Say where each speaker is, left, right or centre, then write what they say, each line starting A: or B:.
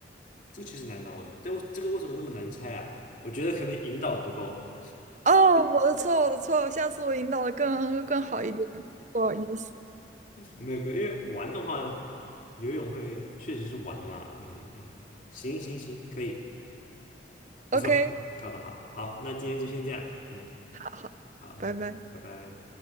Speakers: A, on the left (about 45°); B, on the right (about 40°).
A: 这确实难倒我了。但我这个为什么那么难猜啊？我觉得可能引导的不够，
B: 哦，我的错，我的错，下次我引导的更更好一点，不好意思。
A: 没没，因为玩的话，游泳会确实是玩啦。嗯嗯嗯，行行行，可以，不错，
B: OK，
A: 考得好，好，那今天就先这样，嗯，
B: 好，
A: 好，
B: 拜拜。
A: 先，拜拜。